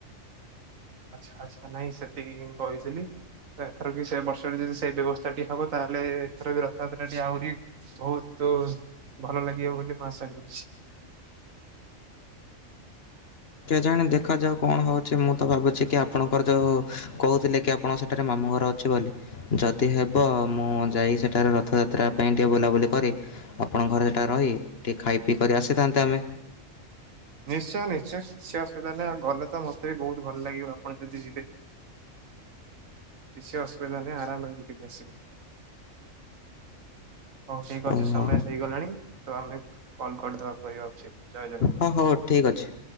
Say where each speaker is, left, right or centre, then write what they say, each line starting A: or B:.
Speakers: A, on the right; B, on the left.
A: ଆଚ୍ଛା, ଆଚଛା ନାଇଁ ସେତିକି କହିଥିଲି। ଏଥର କି ସେ ବର୍ଷରେ ଯଦି ସେଇ ବ୍ୟବସ୍ଥା ଟି ହବ ତାହେଲେ ଏଥର ବି ରଥଯାତ୍ରା ଟି ଆହୁରି ବହୁତ ଭଲ ଲାଗିବ ବୋଲି ମୁଁ ଆଶା କରୁଛି।
B: ଜାଣି ଦେଖାଯାଉ କଣ ହଉଛି। ମୁଁ ତ ଭାବୁଛି କି ଆପଣଙ୍କର ଯୋଉ କହୁଥିଲେ କି ଆପଣଙ୍କ ସେଠାରେ ମାମୁଁ ଘର ଅଛି ବୋଲି। ଯଦି ହେବ ମୁଁ ଯାଇ ସେଠାରେ ରଥଯାତ୍ରା ପାଇଁ ଟିକେ ବୁଲାବୁଲି କରି ଆପଣଙ୍କ ଘର ସେଟା ରହି ଟିକେ ଖାଇ ପିଇ କରି ଆସିଥାନ୍ତେ ଆମେ
A: ନିଶ୍ଚୟ ନିଶ୍ଚୟ, କିଛି ଅସୁବିଧା ନାହିଁ ଆଉ ଗଲେ ତ ମତେ ବି ବହୁତ ଭଲ ଲାଗିବ ଆପଣ ଯଦି ଯିବେ। କିଛି ଅସୁବିଧା ନାହିଁ ଆରାମରେ ବିକିକି ଆସିବୁ। ହଉ ଠିକ ଅଛି
B: ଓହୋ
A: ସମୟ ହେଇଗଲାଣି। ତ ଆମେ କଣ କରିଦବା କରିବା ଉଚିତ। ଜୟ ଜଗନ୍ନାଥ।
B: ହଉ ହଉ ଠିକ୍ ଅଛି।